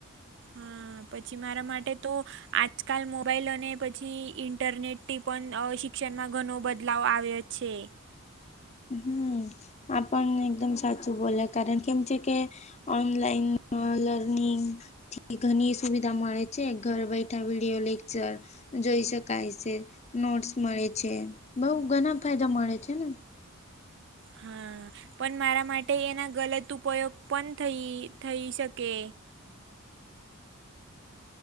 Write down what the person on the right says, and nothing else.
હા પછી મારા માટે તો આજકાલ મોબાઈલ અને પછી ઇન્ટરનેટ તે પન શિક્ષણમાં ઘનો બદલાવ આવ્યો જ છે.
હા પન મારા માટે એના ગલત ઉપયોગ પન થઈ થઈ શકે.